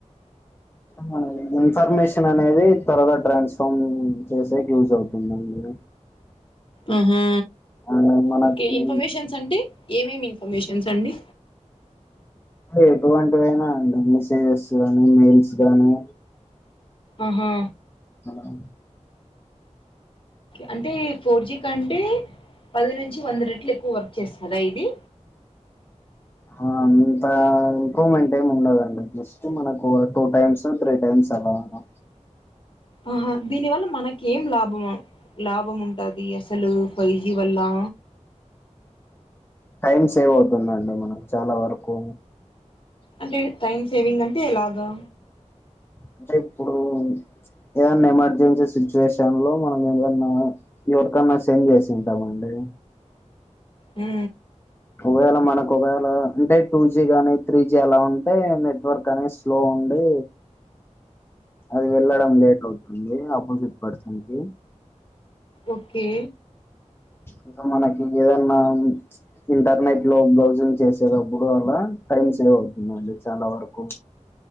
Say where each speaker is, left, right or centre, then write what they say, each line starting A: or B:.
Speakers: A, on the left; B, on the left.
A: మ ఇన్ఫర్మేషన్ అనేది త్వరగా ట్రాన్స్ఫామ్ చేసేకి యూజ్ అవుతుందండి
B: ఆహా
A: అండ్ మనకి
B: ఓకే ఇన్ఫర్మేషన్స్ అంటే ఏమేమి ఇన్ఫర్మేషన్స్ అండి
A: ఎటువంటివైనా అండి మెసేజెస్ గానీ మెయిల్స్ గానీ
B: ఆహా
A: అవు
B: అంటే ఫోర్ జీ కంటే పది నుంచి వంద రెట్లు ఎక్కువ వర్క్ చేస్తదా ఇది.
A: అ అంత ఇంప్రూవ్మెంట్ ఏమి ఉండదండి జస్ట్ మనకు టూ టైమ్స్ <unintelligible> తీ టైమ్స్ అలాగా
B: ఆహా దీని వల్ల మనకి ఏం లాభం? లాభం ఉంటాది అసలు ఫైవ్ జీ వల్లా.
A: టైం సేవ్ అవుతుందండి మనం చాలా వరకు
B: అంటే టైం సేవింగ్ అంటే ఎలాగా?
A: అంటే ఇప్పుడు ఏదన్నా ఎమర్జెన్సీ సిచ్యువేషన్లో మనం ఏదన్నా ఎవరికన్నా సెండ్ చేసింటామండి.
B: హ్
A: ఒకవేళ మనకు ఒకవేళ అంటే టూ జి గానీ త్రీ జి అలా ఉంటే నెట్వర్క్ అనేసి స్లో ఉండి అది వెళ్ళడం లేట్ అవుతుంది అపోజిట్ పర్సన్ కి.
B: ఓకే
A: ఇంకా మనకి ఎదన్నా ఇంటర్నెట్లో బ్రౌజింగ్ చేసేటప్పుడు అలా టైం సేవ్ అవుతుందండి చాలా వరకు.